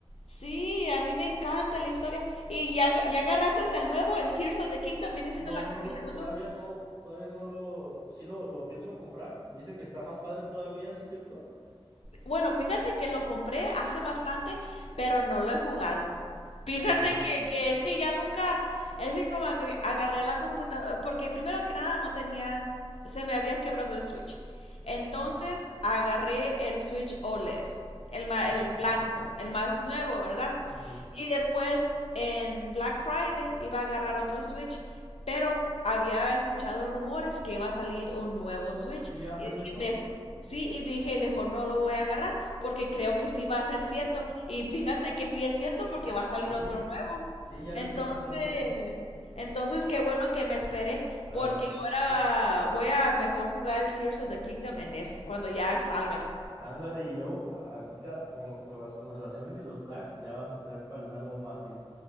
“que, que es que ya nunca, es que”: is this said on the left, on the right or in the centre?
Left